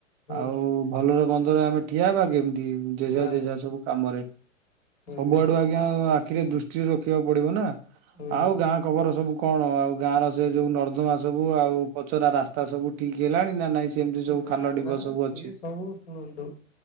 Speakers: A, on the left; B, on the right.
A: ହୁଁ
B: ଆଉ ଭଲର ଗନ୍ଧରେ ଆମେ ଠିଆ ହେବା କେମିତି ଯେଝା
A: ବାସ୍
B: ଯେଝା ସବୁ କାମରେ
A: ହୁଁ
B: ସବୁଆଡୁ ଆଜ୍ଞା ଆଖିରେ ଦୃଷ୍ଟିରେ ରଖିବାକୁ ପଡିବ ନା
A: ହୁଁ
B: ଆଉ ଗାଁ କବର ସବୁ କଣ ଆଉ ଗାଁ ର ସେ ଯୋଉ ନର୍ଦ୍ଦମା ସବୁ ଆଉ ପଚରା ରାସ୍ତା ସବୁ ଠିକ୍ ହେଲାଣି ନା ନାଇଁ ସେମିତି ସବୁ
A: ନା
B: ଖାଲ ଢିପ
A: ନା
B: ସବୁ
A: ସିଏ
B: ଅଛି।
A: ସବୁ ଶୁଣନ୍ତୁ